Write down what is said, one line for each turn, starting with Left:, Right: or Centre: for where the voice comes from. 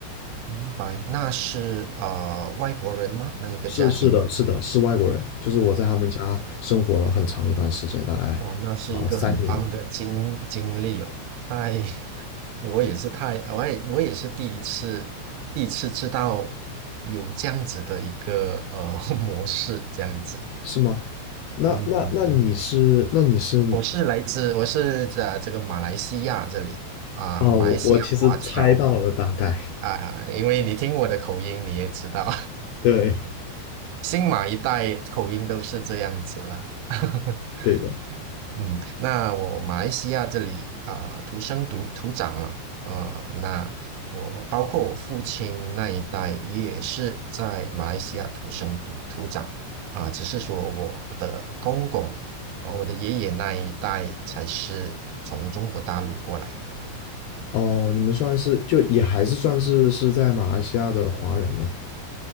Right: 明白，那是呃外国人吗？那一个家庭？
Left: 是是的，是的，是外国人，就是我在他们家生活了很长一段时间，大概
Right: 哇，那是一个很棒的经经历哦！
Left: 啊、呃三年，
Right: 太，<laughs> 我也是太，我也我也是第一次，第一次知道有这样子的一个呃 <laughs> 模式，这样子。
Left: 是吗？那那那你是那你是
Right: 嗯，我是来自，我是在这个马来西亚这里啊，
Left: 哦，
Right: 马来西亚华侨
Left: 我我其实猜到了大概，
Right: 啊，因为你听我的口音，你也知道，
Left: <laughs> 对
Right: <laughs> 新马一代口音都是这样子啦。<laughs>
Left: 对的，
Right: 嗯，那我马来西亚这里啊、土生土土长啊，啊、呃那我包括我父亲那一代也是在马来西亚土生土土长啊、只是说我的公公，哦，我的爷爷那一代才是从中国大陆过来。
Left: 哦，你们算是就也还是算是是在马来西亚的华人咯。